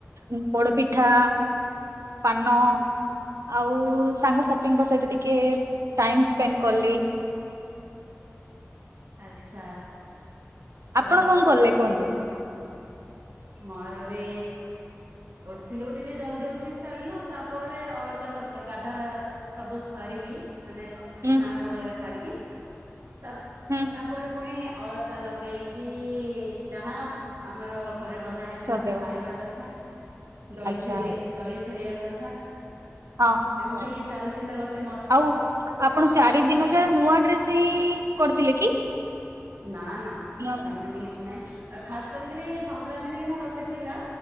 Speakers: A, on the right (about 80°); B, on the right (about 60°).
A: ପୋଡପିଠା ପାନ ଆଉ ସାଙ୍ଗସାଥିଙ୍କ ସହିତ ଟିକେ ଟାଇମ ସ୍ପେଣ୍ଡ କଲି।
B: ଆଚ୍ଛା ତ
A: ଆପଣ କଣ କଲେ କୁହନ୍ତୁ?
B: ମର ବି ଉଠିଲୁ ଟିକେ ଜଲଦି ଉଠି ସାରିଲୁ ତାପରେ ଅଳତା ଲଗ୍ ଗାଧା ସବୁ ସାରିକି ମାନେ
A: ହୁଁ
B: ସ୍ନାନ ବଗେରା ସାରିକି ତା
A: ହୁଁ
B: ତାପରେ ପୁଣି ଅଳ ତା ଲଗେଇକି ଯାହା ଆମର ଘରେ ବନା ହେଇଥିଲା
A: ସଜବା
B: ଖାଇବା କଥା ଦଳି
A: ଆଚ୍ଛା
B: ଖେଳି ଦଳି ଖେଳିବା କଥା
A: ହଁ
B: ଏମିତି ହିଁ ଚାଲିଥିଲା ଗୋଟେ ମସ୍ତି।
A: ଆଉ ଆପଣ ଚାରି ଦିନ ଯାଏ ନୂଆ ଡ୍ରେସ୍ ହିଁ କରିଥିଲେ କି?
B: ନା ନା
A: ନୂଆ
B: ସେମିତି କିଛି ନାହିଁ। ଖାସ୍ କରିକିରି ସଂକ୍ରାନ୍ତି ଦିନ ଗୋଟେ ଥିଲା